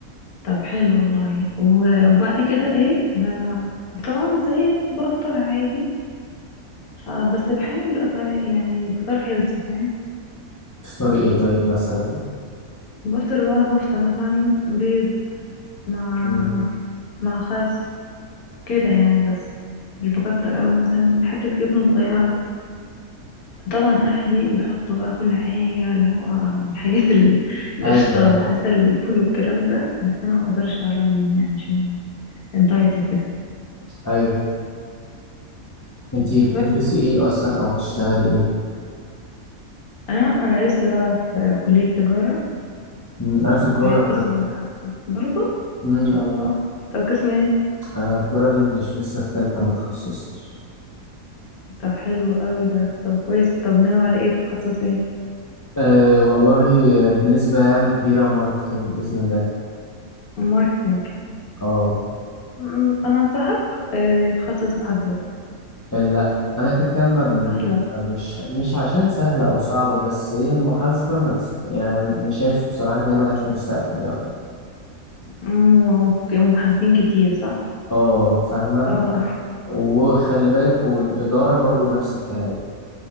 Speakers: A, on the left; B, on the left.
A: طب حلو والله و- وبعد كده ايه ب... طبعا زي بفطر عادي فبس بحاول ابقى يعني فطار هيلثي فاهم
B: تفطري ايه طيب مثلا
A: بفطر بقى بفطر مثلا بيض مع
B: امم
A: مع خس كده يعني بس مش بكتر قوي مثلا حتة جبنة صغيرة طبعا اهلي بيحطوا بقى كل حاجه اللي هو الحاجات ال- القشطه
B: ايوه
A: والعسل والفول والكلام ده بس انا ما اقدرش اقرب ليهم يعني عشان الدايت وكده
B: ايوه انت بتدرسي
A: بس
B: ايه اصلا او بتشتغلي ايه
A: انا انا لسه بقى في كليه تجاره
B: امم انا في تجاره
A: في قسم
B: برضه
A: محاسبه برضه
B: امم
A: ما شاء الله طب قسم ايه
B: انا تجاره انجليش لسه في ثالثه ما تخصصتش
A: طب حلو قوي ده طب كويس طب ناوي على ايه تتخصص ايه
B: أه والله بنسبة يعني كبيرة ماركتينج بإذن الله
A: ماركتينج
B: اه
A: م- م- انا انصحك آه، تخصص محاسبه
B: لا أنا كده كده ما بن-
A: سهله
B: مش مش عشان سهلة أو صعبة بس هي المحاسبة ما ف- يعني مش شايف بصراحة إن هي ملهاش مستقبل يا طب
A: م- ومحاسبين كتير صح
B: اه فاهمة
A: اه
B: وخلي بالك والإدارة برضو نفس الكلام